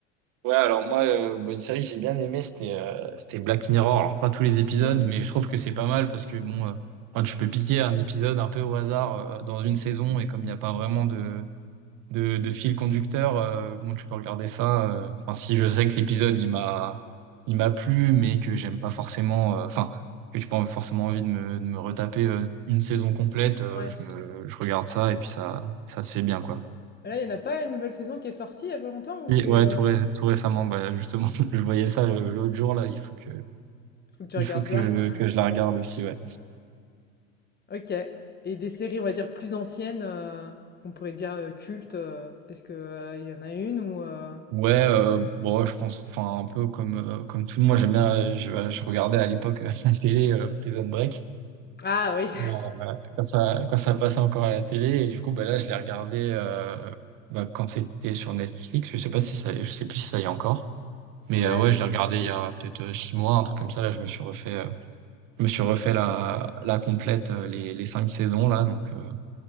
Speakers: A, on the right (about 50°); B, on the left (about 25°).
A: Ouais, alors moi, euh, bon, une série que j'ai bien aimée, c'était euh, c'était Black Mirror. Alors, pas tous les épisodes,
B: Mmh,
A: mais je trouve que c'est pas mal parce que, bon, euh, enfin, tu peux piquer un épisode un peu au hasard euh, dans une saison et comme il n'y a pas vraiment de, de, de fil conducteur, euh, bon, tu peux regarder ça. euh, Enfin, si je sais que l'épisode, il m'a il m'a plu, mais que j'aime pas forcément, euh, enfin, que j'ai pas forcément envie de me, de me retaper euh, une saison complète, euh,
B: ouais.
A: je me, je regarde ça et puis ça, ça se fait bien, quoi.
B: Là, il n'y en a pas une nouvelle saison qui est sortie il y a pas longtemps ou
A: Si,
B: c'est...
A: Ouais,
B: euh,
A: tout, ré- tout récemment, bah, justement, <laughs> je voyais ça le- l'autre jour, là, il faut que,
B: Faut que je
A: il
B: regarde
A: faut que,
B: ça. <laughs>
A: que je la regarde aussi, ouais.
B: Ok. Et des séries, on va dire, plus anciennes, euh, qu'on pourrait dire euh, cultes, euh, est-ce que, euh, il y en a une ou... euh,
A: Ouais, euh, bon, ouais, je pense, enfin, un peu comme, euh, comme tout le monde, j'aime bien, euh, je, je regardais à l'époque euh, <laughs> la télé euh, Prison Break,
B: Ah oui,
A: Bon, euh, quand ça, quand ça passait encore à la télé, et du coup, bah, là, je l'ai regardé euh, bah, quand c'était sur Netflix, je sais pas si ça, je sais plus si ça y est encore,
B: <laughs>
A: mais
B: ouais,
A: euh, ouais,
B: je
A: je l'ai
B: sais
A: regardé
B: plus.
A: il y a peut-être euh, six mois, un truc comme ça, là, je me suis refait, euh, je me suis refait la, la complète, euh, les, les cinq saisons, là, donc. euh,